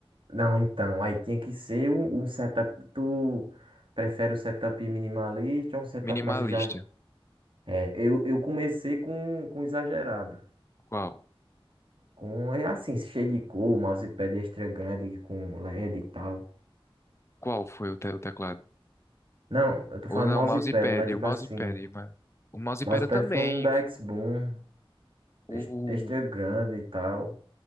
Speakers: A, on the right; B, on the left.
A: Não, então, aí tinha que ser um, um setup. Tu prefere o setup minimalista ou um setup
B: Minimalista.
A: mais já. É, eu, eu comecei com, com exagerado.
B: Qual?
A: Com, é assim, cheio de cor, mousepad extra grande com LED e D e tal.
B: Qual foi o, te- o teclado?
A: Não, eu tô falando
B: Ou não,
A: mousepad,
B: o mousepad,
A: mas tipo
B: o mousepad,
A: assim.
B: mas o mousepad
A: Mousepad
B: eu também.
A: foi um da X-Boom, ex-
B: O
A: extra grande e tal.